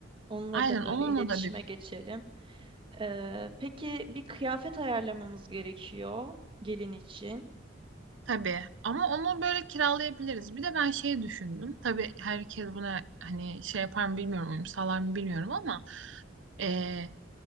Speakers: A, on the right; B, on the right.
A: Onunla
B: Aynen
A: da böyle
B: onunla
A: iletişime
B: da bir
A: geçelim. Ee, peki bir kıyafet ayarlamamız gerekiyor gelin için.
B: Tabii ama onu böyle kiralayabiliriz. Bir de ben şey düşündüm. Tabii herkes buna hani şey yapar mı bilmiyorum, uyum sağlar mı bilmiyorum ama eee,